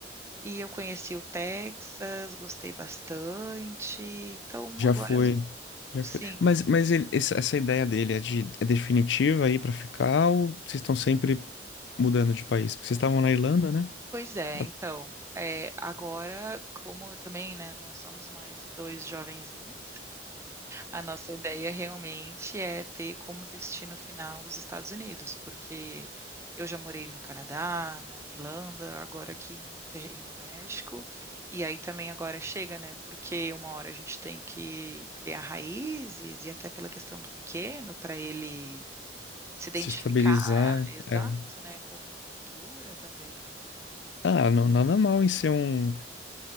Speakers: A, on the right; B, on the left.
A: e eu conheci o Texas, gostei bastante. Então,
B: Já
A: agora,
B: foi. Já
A: sim,
B: foi. Mas, mas ele- essa essa ideia dele é de é definitiva aí pra ficar ou vocês estão sempre mudando de país? Porque vocês estavam na Irlanda, né?
A: pois é.
B: Pra
A: Então, eh, agora, como eu também, né, não somos mais dois jovenzinhos. A nossa ideia realmente é ter como destino final os Estados Unidos, porque eu já morei no Canadá, na Irlanda, agora aqui em Monterrey, no México, e aí também agora chega, né? Porque uma hora a gente tem que criar raízes e até pela questão do pequeno, para ele se identificar,
B: se estabilizar.
A: exato,
B: É.
A: né, com alguma cultura também.
B: Ah, não, nada mal em ser um.